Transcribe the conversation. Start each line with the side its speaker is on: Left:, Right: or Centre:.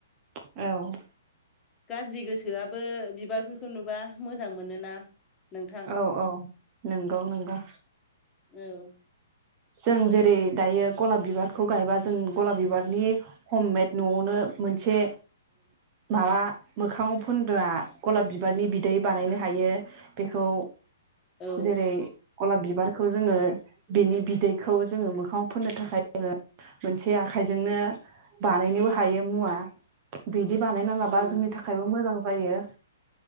Right: औ
Left: गाज्रि गोसोआबो बिबारफोरखौ नुबा मोजां मोनोना नोंथां
Right: औ-औ नंगौ नंगौ
Left: औ
Right: जों जेरै दायो गलाब बिबारखौ गायबा जों गलाब बिबारनि हममेद न'आवनो मोनसे माबा मोखाङाव फोनग्रा गलाब बिबारनि बिदै बानायनो हायो बेखौ
Left: औ
Right: जेरै गलाब बिबारखौ जोङो बिनि बिदैखौ जोङो मोखाङाव फोननो थाखाय जोङो मोनसे आखाइजोंनो बानायनोबो हायो मुवा बिदि बानायना लाबा
Left: ओ
Right: जोंनि थाखायबो मोजां जायो